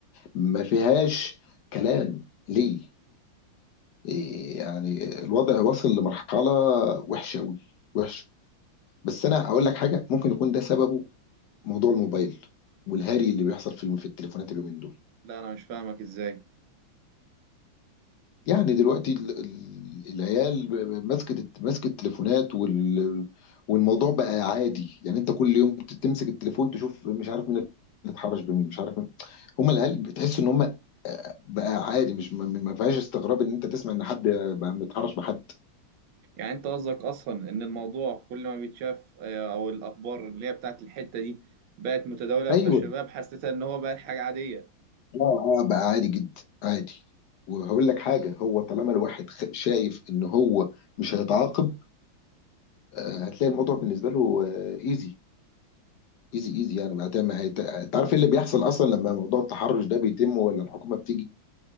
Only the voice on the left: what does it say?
ما فيهاش كلام ليه إيه يعني الوضع واصل لمرحله وحشه قوي وحشه بس انا اقول لك حاجه ممكن يكون ده سببه موضوع الموبايل والهري اللي بيحصل في في التليفونات اليومين دول
يعني دلوقتي ال- ال- العيال ماسكه ماسكه التليفونات وال- والموضوع بقى عادي يعني انت كل يوم ت- تمسك التليفون تشوف مش عارف مين اللي اتحرش بمين مش عارف مين هم العيال بتحس ان هم بقى عادي مش ما ما فيهاش استغراب ان انت تسمع ان حد بقى متحرش بحد
ايوه
اه اه بقى عادي جدا عادي وهقول لك حاجه هو طالما الواحد خ- شايف ان هو مش هيتعاقب آه، هتلاقي الموضوع بالنسبه له ايزي ايزي ايزي يعني بعدها ما هيت... انت عارف ايه اللي بيحصل اصلا لما موضوع التحرش ده بيتم ولا الحكومه بتيجي